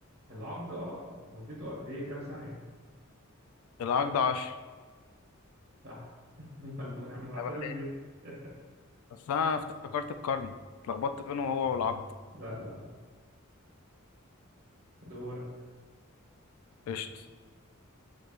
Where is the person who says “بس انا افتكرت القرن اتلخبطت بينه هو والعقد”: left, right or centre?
Left